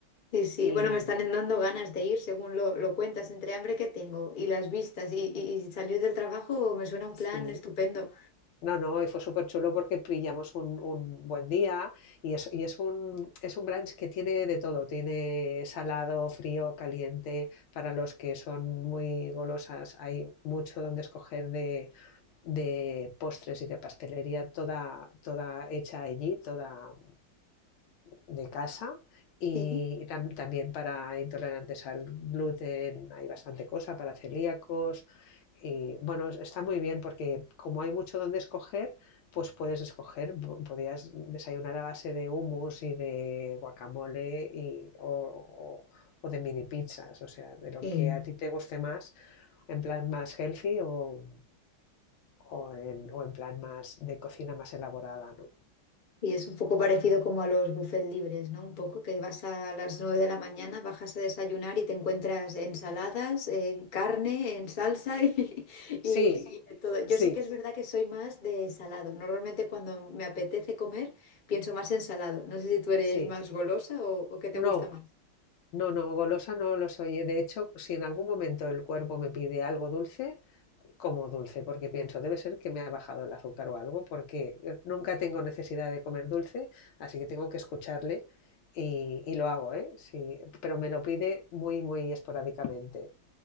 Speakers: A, on the left (about 35°); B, on the left (about 75°).
A: Sí, sí,
B: Y
A: bueno, me están dando ganas de ir, según lo, lo cuentas, entre hambre que tengo y las vistas y, y- y salir del trabajo me suena un
B: sí,
A: plan estupendo.
B: no, no, y fue súper chulo porque pillamos un, un buen día y es, y es un, es un brunch que tiene de todo, tiene salado, frío, caliente, para los que son muy golosas, hay mucho donde escoger de, de postres y de pastelería, toda, toda hecha allí, toda de casa y,
A: Sí,
B: y tam- también para intolerantes al gluten hay bastante cosa, para celíacos. Y bueno, está muy bien porque como hay mucho donde escoger, pues puedes escoger, po- podías desayunar a base de hummus y de guacamole y, o, o- o de mini pizzas, o sea, de lo
A: sí.
B: que a ti te guste más, en plan más healthy o, o en, o en plan más de cocina más elaborada, ¿no?
A: Y es un poco parecido como a los buffets libres, ¿no? Un poco que vas a las 9 de la mañana, bajas a desayunar y te encuentras ensaladas, eh, carne, en salsa <laughs> y, y-
B: Sí,
A: y de todo. Yo
B: sí,
A: sí que es verdad que soy más de salado. Normalmente cuando me apetece comer pienso más en salado. No sé si tú eres
B: sí.
A: más golosa o, o qué te gusta
B: No,
A: más.
B: No, no, golosa no lo soy. De hecho, si en algún momento el cuerpo me pide algo dulce, como dulce, porque pienso, debe ser que me ha bajado el azúcar o algo, porque nunca tengo necesidad de comer dulce, así que tengo que escucharle y, y lo hago, ¿eh? Sí, pero me lo pide muy, muy esporádicamente.